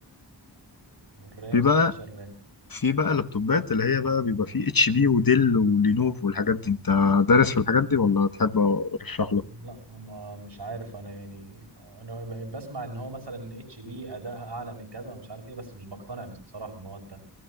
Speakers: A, on the right (about 80°); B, on the left (about 55°).
A: الرام
B: في بقى
A: 16
B: في بقى اللابتوبات اللي هي بقى بيبقى فيه اتش بي وديل ولينوف والحاجات دي انت دارس في الحاجات دي ولا تحب ارشح لك
A: لا ما مش عارف انا يعني انا بسمع ان هو مثلا اتش بي ادائها اعلى من كذا ومش عارف ايه بس مش بقتنع بصراحه ما هو انت